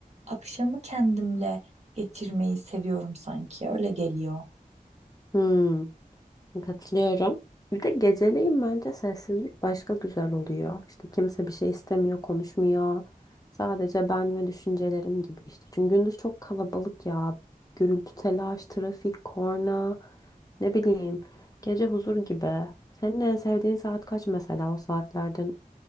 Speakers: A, on the right (about 50°); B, on the left (about 25°).
A: akşamı kendimle geçirmeyi seviyorum sanki. Öyle geliyor.
B: Hmm. Katılıyorum. Bir de geceleyin bence sessizlik başka güzel oluyor. İşte kimse bir şey istemiyor, konuşmuyor. Sadece ben ve düşüncelerim gibi işte. Çünkü gündüz çok kalabalık ya. Gürültü, telaş, trafik, korna, ne bileyim. Gece huzur gibi. Senin en sevdiğin saat kaç mesela? O saatlerde